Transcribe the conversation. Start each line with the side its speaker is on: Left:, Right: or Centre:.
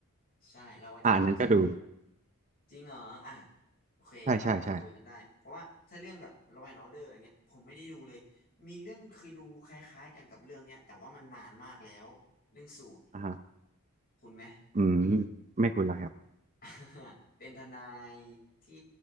Left: ใช่เราจะจะ
Right: อ่าอันนั้นก็ดู
Left: จริงเหรออ่ะโอเคงั้นเราจะคุยกันได้เพราะว่าถ้าเรื่องแบบ
Right: ใช่ใช่ใช่
Left: Law and Order อย่างเงี้ยผมไม่ได้ดูเลยมีเรื่องเคยดูคล้ายๆกันกับเรื่องเนี้ยแต่ว่ามันนานมากแล้วเรื่องสูตร
Right: อ่าฮะ
Left: คุณไหม
Right: อืมไม่คุยแล้วครับ
Left: <laughs> เป็นทนายที่